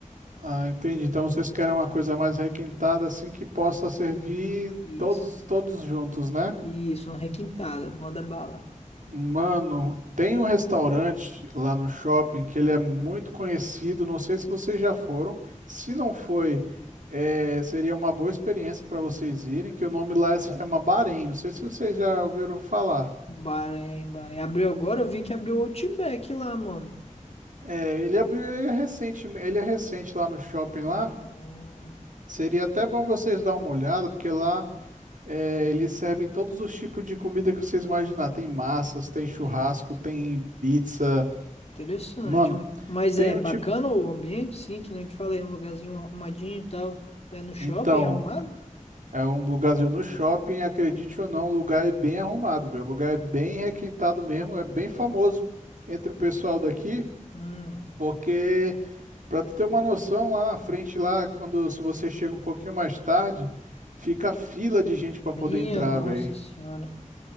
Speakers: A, on the right; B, on the left.
A: Ah, entendi. Então, vocês querem uma coisa mais requintada assim que possa servir
B: Isso,
A: todos, todos juntos, né?
B: isso, uma requintada, manda bala.
A: Mano, tem um restaurante lá no shopping que ele é muito conhecido. Não sei se vocês já foram. Se não foi, eh, seria uma boa experiência para vocês irem, que o nome lá se chama Bahrein. Não sei se vocês já ouviram falar.
B: Bahrein, Bahrein. Abriu agora? Eu vi que abriu o Outback lá, mano.
A: É, ele abriu, ele é recente, ele é recente lá no shopping lá.
B: Ah,
A: Seria até bom vocês dar uma olhada, porque lá é, eles servem todos os tipos de comida que vocês imaginar. Tem massas, tem churrasco,
B: sim,
A: tem pizza.
B: interessante.
A: Mano,
B: Mas
A: tem
B: é
A: o
B: bacana
A: tipo.
B: o ambiente, sim, que nem eu te falei, um lugarzinho arrumadinho e tal. É no shopping,
A: Então.
B: é arrumado?
A: É um lugarzinho no shopping, acredite ou não, o lugar é bem arrumado, velho. O lugar é bem requintado mesmo, é bem famoso entre o pessoal daqui,
B: Hum,
A: porque pra tu ter uma noção, lá na frente lá, quando se você chega um pouquinho mais tarde, fica fila de gente
B: minha
A: pra poder entrar,
B: nossa
A: velho.
B: senhora.